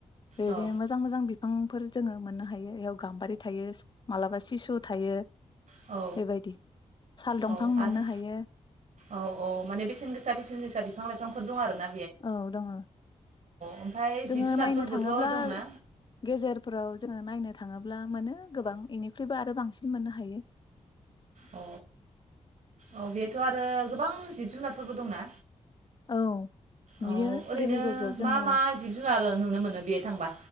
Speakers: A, on the left; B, on the right.
A: बेबायदिनो
B: औ
A: मोजां मोजां बि बिफांफोर जोङो मोननो हायो बेयाव गाम्बारि थायो मालाबा सिसु थायो।
B: औ
A: बेबायदि साल दंफां
B: औ
A: मोननो
B: आरो
A: हायो
B: औ औ माने बेसेन गोसा बेसेन गोसा बिफां लाायफ बिफांफोर दं आरो ना
A: औ दङ
B: ओमफ्राय
A: जोङो
B: जिब जुनारफोरबोथ'
A: नायनो थाङोब्ला
B: दंना
A: गेजेरफोराव जोङो नायनो थाङोब्ला मोनो गोबां इनिख्रुइबो आरो बांसिन मोननो हायो।
B: अ औ बेथ' आरो गोबां जिब जुनारफोरबो दंना?
A: औ नुयो
B: औ ओरैनो
A: गेजेर गेजेर जोङो
B: मा मा जिब जुनार नुनो मोनो बेहाय थांबा?